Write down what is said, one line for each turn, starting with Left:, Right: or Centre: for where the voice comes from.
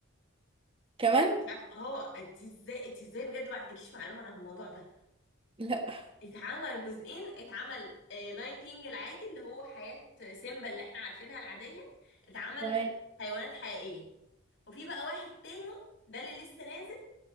Right: كمان
Left: مش عارفه هو انت ازاي انت ازاي بجد ما عندكيش معلومه عن الموضوع ده
Right: لا
Left: اتعمل جزئين اتعمل لاين كينج العادي اللي هو حياة سيمبا اللي احنا عارفينها العادية اتعمل
Right: تمام
Left: حيوانات حقيقية وفي بقى واحد تاني ده اللي لسه نازل